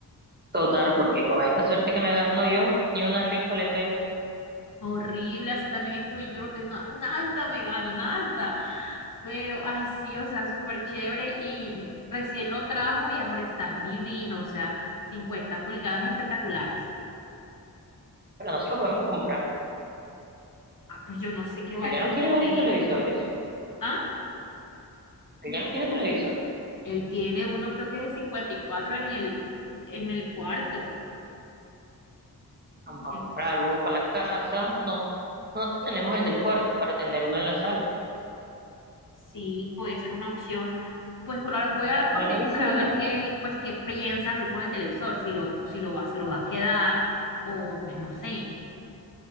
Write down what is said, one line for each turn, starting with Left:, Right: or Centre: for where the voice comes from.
Right: Total, porque con esta suerte que me gano yo, ni una rifa le pego.
Left: Horrible, así también estoy, yo no tengo nada, me gano, nada. Pero así, o sea, súper chévere y recién lo trajo y amor está divino, o sea, 50 pulgadas espectaculares.
Right: Pero no se lo podemos comprar.
Left: Ah, pues yo no sé qué voy
Right: Él
Left: a
Right: ya
Left: hacer
Right: no tiene
Left: con
Right: varios
Left: él.
Right: televisores.
Left: ¿Ah?
Right: Él ya no tiene televisor.
Left: Él tiene uno, creo que de 54 en el, en el cuarto.
Right: Vamos a
Left: Eh,
Right: comprarlo para la casa. No, nosotros tenemos el del cuarto para tener uno en la sala
Left: Sí, puede ser una opción. Pues por ahora voy a
Right: para
Left: hablar con
Right: la
Left: él
Right: visita.
Left: para ver qué, pues, qué piensa hacer con el televisor, si lo, si lo va, se lo va a quedar o pues no sé.